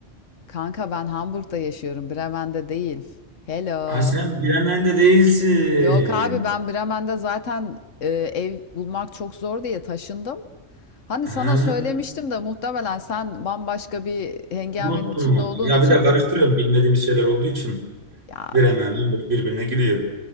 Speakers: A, on the left (about 80°); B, on the right (about 75°).
A: Kanka ben Hamburg'da yaşıyorum. Bremen'de değil. Hello.
B: Ha sen Bremen'de değilsin.
A: Yok abi ben Bremen'de zaten e, ev bulmak çok zor diye taşındım. Hani
B: Ha.
A: sana söylemiştim de muhtemelen sen bambaşka bir hengamenin
B: Unuttum
A: içinde
B: vallahi.
A: olduğun
B: Ya
A: için
B: bir de karıştırıyorum
A: unuttun.
B: bilmediğimiz şeyler olduğu için.
A: Ya
B: Bir hemen hamburg birbirine giriyor.